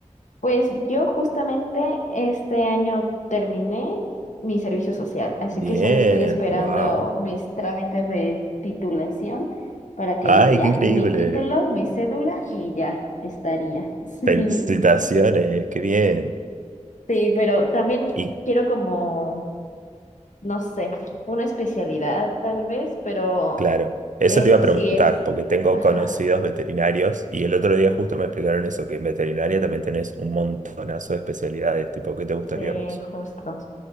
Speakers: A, on the left; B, on the right.
A: Pues yo justamente este año terminé mi servicio social, así
B: Bien,
A: que solo estoy esperando
B: wow.
A: mis trámites de titulación para que
B: Ay,
A: ya,
B: qué increíble.
A: mi título, mi Mm. cédula y ya estaría. <laughs> Sí.
B: Felicitaciones, qué bien.
A: Sí, pero también
B: Y
A: quiero como, no sé, una especialidad tal vez, pero
B: claro, eso
A: eso
B: te iba a
A: sí
B: preguntar,
A: es,
B: porque tengo
A: ajá,
B: conocidos veterinarios y el otro día justo me explicaron eso, que en veterinaria también tenés un montonazo de especialidades, tipo, ¿qué te gustaría
A: sí,
B: a vos?
A: justo.